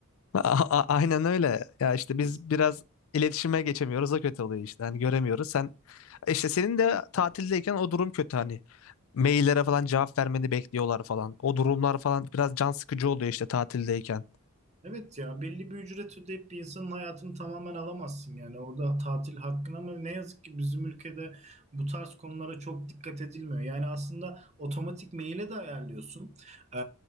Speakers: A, on the left (about 65°); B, on the right (about 30°).
A: A- a- aynen öyle. Ya işte
B: <laughs>
A: biz biraz iletişime geçemiyoruz. O kötü oluyor işte. Hani göremiyoruz. Sen işte senin de tatildeyken o durum kötü hani. Maillere falan cevap vermeni bekliyorlar falan. O durumlar falan biraz can sıkıcı oluyor işte tatildeyken.
B: Evet ya belli bir ücret ödeyip bir insanın hayatını tamamen alamazsın yani orada tatil hakkın ama ne yazık ki bizim ülkede bu tarz konulara çok dikkat edilmiyor. Yani aslında otomatik maile de ayarlıyorsun. Ee,